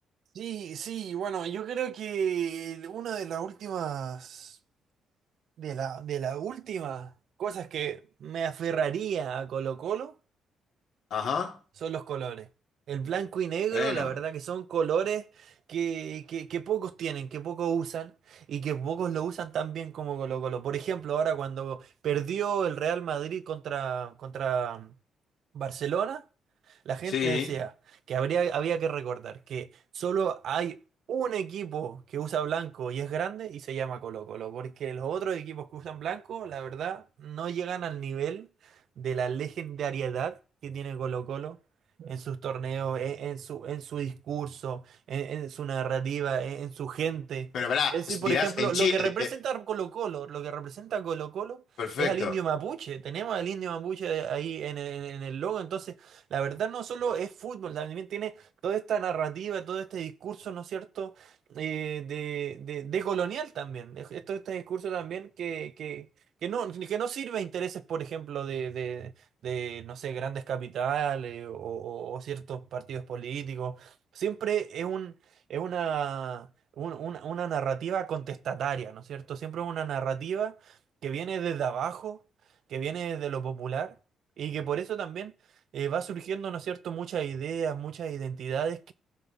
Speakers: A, on the right; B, on the left.
A: Sí, sí, bueno, yo creo que una de las últimas, de la, de las últimas Cosas que me aferraría a Colo Colo
B: Ajá,
A: Son los colores. El blanco y negro,
B: bueno,
A: la verdad que son colores que, que- que pocos tienen, que pocos usan y que pocos lo usan tan bien como Colo Colo. Por ejemplo, ahora cuando perdió el Real Madrid contra, contra mm, Barcelona, la gente
B: sí.
A: decía que habría, había que recordar que solo hay un equipo que usa blanco y es grande y se llama Colo Colo, porque los otros equipos que usan blanco, la verdad, no llegan al nivel de la legendariedad que tiene Colo Colo en sus torneos, en, en su, en su discurso, en, en su narrativa, en, en su gente.
B: Pero verá,
A: Es decir, por
B: dirás
A: ejemplo,
B: en Chile,
A: lo que representa
B: eh, eh,
A: Colo-Colo, lo que representa Colo-Colo
B: perfecto.
A: es al indio mapuche. Tenemos al indio mapuche ahí en el, en el logo. Entonces, la verdad no solo es fútbol, también tiene toda esta narrativa, todo este discurso, ¿no es cierto? Eh, de, de, de colonial también. Es- es Todo este discurso también que, que, que no, que no sirve a intereses, por ejemplo, de de, de, no sé, grandes capitales o, o- o ciertos partidos políticos. Siempre es un, es una, un- una, una narrativa contestataria, ¿no es cierto? Siempre es una narrativa que viene desde abajo, que viene desde lo popular y que por eso también eh, va surgiendo, ¿no es cierto?, muchas ideas, muchas identidades